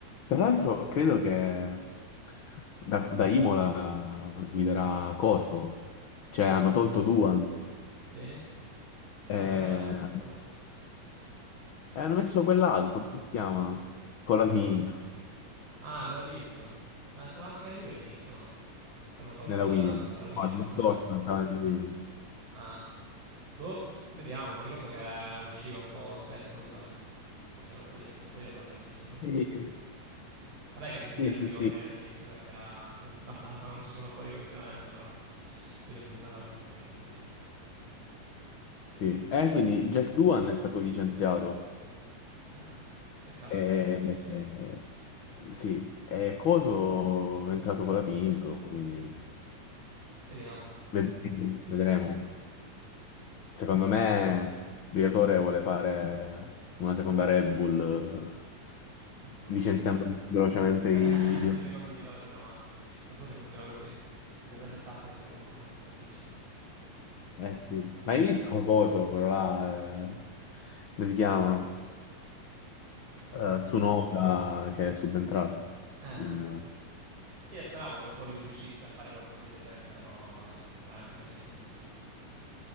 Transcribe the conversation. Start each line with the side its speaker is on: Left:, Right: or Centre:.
Left: Tra l'altro credo che da, da Imola guiderà Coso, cioè hanno
Right: Che?
Left: tolto Duan
Right: Sì?
Left: e,
Right: No, me l'ero persa questa cosa.
Left: e hanno messo
Right: E che?
Left: quell'altro, come si chiama? Colafinto,
Right: Eh, non so. Ah, con la Pinto. Ma stava anche lui all'inizio, no? Però hanno tolto
Left: nella
Right: da-
Left: Williams.
Right: dalla Williams.
Left: No, l'anno
Right: Ah.
Left: scorso non stava nella Williams.
Right: Ah. Boh, vediamo. Mi ricordo che usciva un po' spesso, o sbaglio. Faceva un po' di, ha fatto un po' di errori all'inizio, no?
Left: Sì,
Right: Vabbè che tutti
Left: sì,
Right: i grandi
Left: sì.
Right: piloti
Left: sì.
Right: eh, all'inizio carriera <laughs> sbandavano, uscivano fuori continuamente, però lui non mi sembrava così forte, diciamo.
Left: Sì. E quindi Jack Duan è stato licenziato.
Right: Eh, peccato
Left: E,
Right: un po', dai, mi dispiace.
Left: e- sì, e Coso è entrato con la Pinto, quindi...
Right: Vediamo.
Left: Vedremo. vedremo. Secondo
Right: Senti,
Left: me, Briatore vuole fare una seconda Red Bull eh,
Right: boh.
Left: licenziando velocemente i
Right: <laughs>
Left: i piloti.
Right: I secondi piloti no, non so se funziona così. Ti serve Verstappen comunque poi per vincere.
Left: Eh sì, ma hai visto cosa quello là? eh, come si chiama?
Right: Cosa?
Left: Eh, Tsunoda che è subentrato.
Right: Eh,
Left: in-
Right: eh. Io speravo che un po' lui riuscisse a fare qualcosa di decente, però eh, veramente sembra impossibile.